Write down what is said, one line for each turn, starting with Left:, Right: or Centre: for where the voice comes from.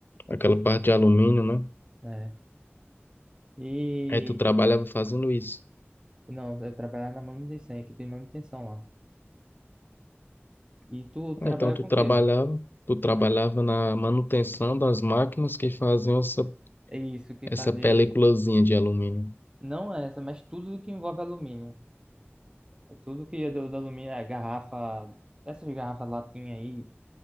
Left: Aquela parte de alumínio, né?
Right: né? E...
Left: Aí tu trabalhava fazendo isso.
Right: Não, eu trabalhava na manutenção, equipe de manutenção lá. E tu trabalha
Left: Ah, então tu
Right: com
Left: trabalhava,
Right: o quê?
Left: tu trabalhava na manutenção das máquinas que faziam essa,
Right: É isso que
Left: essa
Right: fazias.
Left: peliculazinha de alumínio.
Right: Não é essa, mas tudo que envolve alumínio. É tudo que é do, do alumínio, é garrafa, essas garrafas latinha aí,